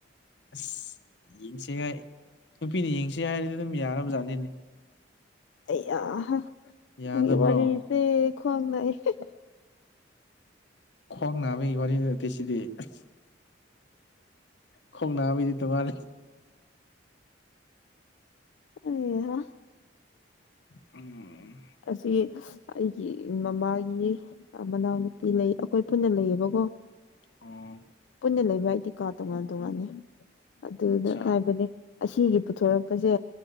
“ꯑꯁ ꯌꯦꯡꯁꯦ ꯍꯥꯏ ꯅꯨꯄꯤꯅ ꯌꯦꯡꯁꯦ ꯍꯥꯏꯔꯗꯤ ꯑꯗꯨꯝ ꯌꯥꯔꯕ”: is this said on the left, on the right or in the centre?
Left